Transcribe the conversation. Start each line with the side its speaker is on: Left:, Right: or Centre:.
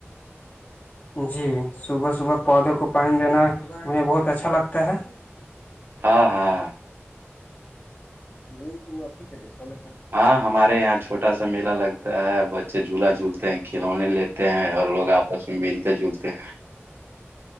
Left: جی صبح صبح پودوں کو پانی دینا مجھے بہت اچھا لگتا ہے
Right: ہاں ہاں
Left: نہیں تو آپھی کری پنا ف
Right: ہاں ہمارے یہاں چوٹا سا میلا لگتا ہے بچے جھولا جھولتے ہیں کھلونے لیتے تے ہیں اور لوگ آپس میں ملتے جلتے ہیں